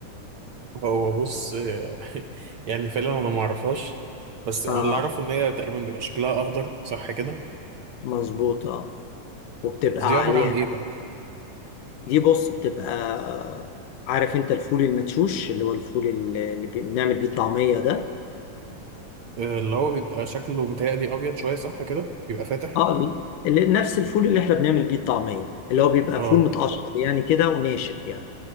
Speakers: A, on the right; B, on the left.
A: هو بص <laughs> يعني فعلا انا ما اعرفهاش بس انا
B: اه
A: اللي اعرفه ان هي تقريبا بيبقى شكلها اخضر صح كده
B: مظبوط اه وبتبقى
A: بس دي عباره
B: عليها
A: عن ايه بقى
B: دي بص بتبقى آه، عارف انت الفول المدشوش اللي هو الفول اللي اللي بنعمل بيه الطعمية ده
A: آه، اللي هو بيبقى شكله متهيألي ابيض شويه صح كده بيبقى فاتح
B: اه اللي اللي- نفس الفول اللي احنا بنعمل بيه الطعمية اللي هو بيبقى
A: اه
B: فول متقشر يعني كده وناشف يعني